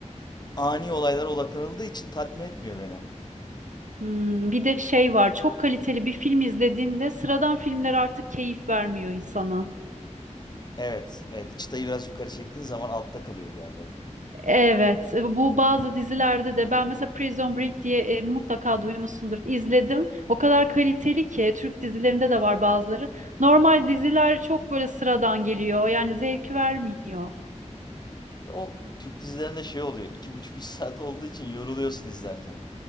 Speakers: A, on the left; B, on the right.
A: ani olaylara odaklanıldığı için tatmin etmiyor beni.
B: Hmm, bir de şey var. Çok kaliteli bir film izlediğinde sıradan filmler artık keyif vermiyor insana.
A: Evet, evet. Çıtayı biraz yukarı çektiğin zaman altta kalıyor diğerleri.
B: Evet, e, bu bazı dizilerde de ben mesela Prison Break diye e, mutlaka duymuşsundur. İzledim. O kadar kaliteli ki Türk dizilerinde de var bazıları. Normal diziler çok böyle sıradan geliyor. Yani zevk vermiyor.
A: Ya o Türk dizilerinde şey oluyor. iki buçuk üç saat olduğu için yoruluyorsun izlerken.